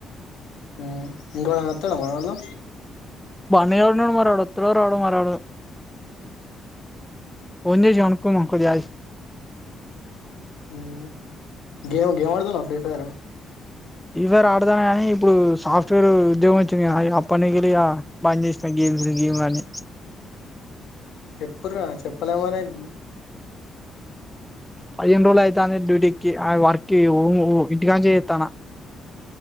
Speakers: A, on the left; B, in the centre.
A: ఉమ్ ఇంకో వత్తరా మనోళ్ళు
B: మేము వున్నపుడు మారాడు వస్తాడో రాడో మారాడు ఫోన్ జేసమనుకో మోజజి
A: ఉమ్ గేమ్ గేమ్ ఆడుతున్నవ ఫ్రీ ఫైర్ పరే
B: ఫ్రీ ఫైర్ ఆడతానా కానీ ఇప్పుడు సాఫ్ట్వేర్ ఉద్యోగం వచ్చింది కా అప్పనికిలి ఇగ బంద్ చేసినా గేమ్స్ గేమ్లన్ని
A: ఎప్పుడ్ర చెప్పలే ఏమని అ
B: పదిహేను రోజు అయితంది డ్యూటీ కి ఆ వర్క్ ఇంటికనించే చేతానా